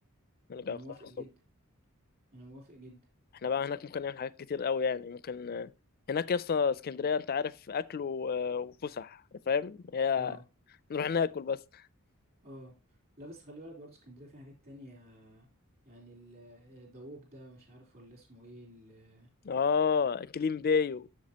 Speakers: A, on the left (about 45°); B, on the right (about 45°).
A: نرجع
B: انا
A: القاهرة
B: موافق
A: الصبح
B: جدا انا موافق جدا
A: احنا بقى هناك ممكن نعمل حاجات كتير قوي يعني ممكن آه، هناك يا اسطى اسكندرية انت عارف أكل و- آه، وفسح فاهم هي
B: اه
A: نروح ناكل بس
B: اه لا بس خلي بالك برضه اسكندريه فيها حاجات تانية يعني ال- دووك ده مش عارف ولا اسمه ايه ال-
A: اه كليم بايو